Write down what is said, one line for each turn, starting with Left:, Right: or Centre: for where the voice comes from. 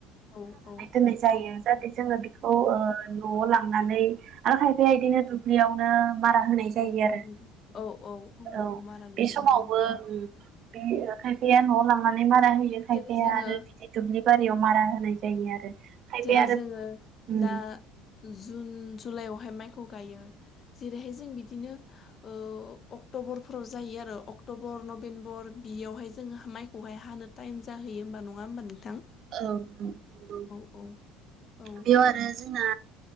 Left: औ औ।
Right: होनाय जायो जाहाथे जोङो बेखौ‌ ओ न'आव‌ लांनानै आरो खायफाया इदिनो दुब्लियाव मारा होनाय जायो
Left: औ
Right: आरो
Left: औ
Right: औ
Left: मारा होनाय
Right: बे
Left: जायो
Right: समावबो
Left: औ
Right: ओं बे ओखाय खायफाया न'आव लांनानै मारा होयो खायफाया
Left: जेरै जोङो
Right: आरो बिदिनो दुब्लि बारियाव मारा होनाय जायो आरो। खायफाया
Left: जेरै
Right: आरो
Left: जोङो
Right: उम
Left: दा जुन जुलाइआवहाय माइखौ गायो जेरैहाय जों बिदिनो ओ अक्ट'बरफोराव जायो आ ओ अक्ट'बर नभेम्बर बियावहाय जोङो माइखौहाय हानो टाइम जाहैयो होमबा नङा होमबा नों
Right: औ नंगौ।
Left: औ औ।
Right: बेयाव आरो जोंना